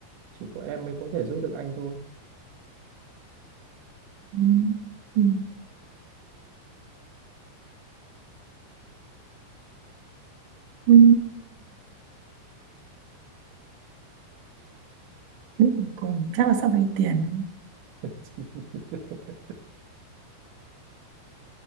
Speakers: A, on the right; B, on the right.
A: Chỉ có em mới có thể giúp được anh thôi.
B: Ừ. Ừ. Ừ. Biết gì cùng chắc là sẽ vay tiền.
A: <laughs>